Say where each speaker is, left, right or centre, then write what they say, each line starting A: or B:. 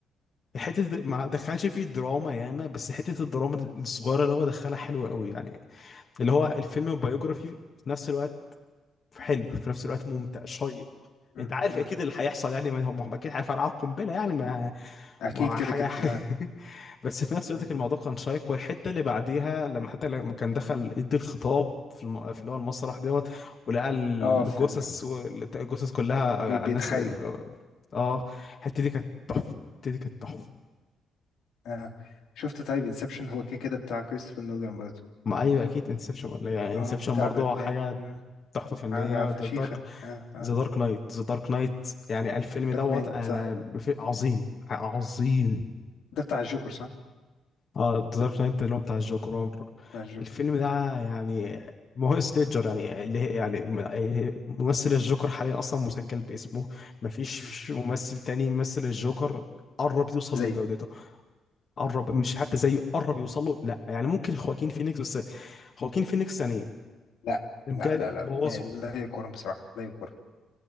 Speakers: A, on the left; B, on the left.
A: حته د- ما دخلش فيه دراما ياما بس حته الدراما الصغيره اللي هو دخلها حلوه قوي يعني اللي هو الفيلم بايوجرافي في نفس الوقت حلو في نفس الوقت ممتع شيق
B: امم
A: انت عارف اكيد اللي هيحصل يعني ما هم هم اكيد هيفرقعوا القنبله يعني ما
B: اكيد
A: ما
B: كده
A: حاجه
B: كده
A: <laughs>
B: اه
A: بس في نفس الوقت
B: مم.
A: كان الموضوع كان شيق والحته اللي بعديها لما حتى لما كان دخل يدي الخطاب في الم... في اللي هو المسرح دوت ولقى الجثث
B: اه في ال...
A: و- الجثث كلها
B: بي...
A: آه، على
B: بيتخيل
A: الناس ال- اه الحته دي كانت تحفه الحته دي كانت تحفه
B: اه شفت طيب انسبشن هو كده كده بتاع كريستوفر نولان برضه
A: ما ايوه اكيد انسبشن يعني انسبشن
B: اه بتاع
A: برضه
B: باتمان
A: حاجه
B: مم.
A: تحفه فنيه
B: عارف
A: دارك
B: فشيخة اه اه
A: ذا دارك نايت ذا دارك نايت يعني الفيلم
B: باتمان
A: دوت انا
B: صح
A: في عظيم عظيم
B: ده بتاع الجوكر صح
A: اه ذا دارك نايت اللي هو بتاع الجوكر
B: بتاع الجوكر
A: الفيلم
B: مم.
A: ده يعني ما هو سليجر يعني اللي هي يعني م- آه، ممثل الجوكر حاليا اصلا مسجل باسمه ما فيش
B: مم.
A: ممثل تاني يمثل الجوكر قرب يوصل
B: زيه
A: لجودته قرب مش حتى زيه قرب يوصل له لا يعني ممكن خواكين فينيكس بس خواكين فينيكس يعني
B: لا
A: بجد
B: لا لا لا
A: بوظوا
B: ما- لا يقارن بصراحة لا يقارن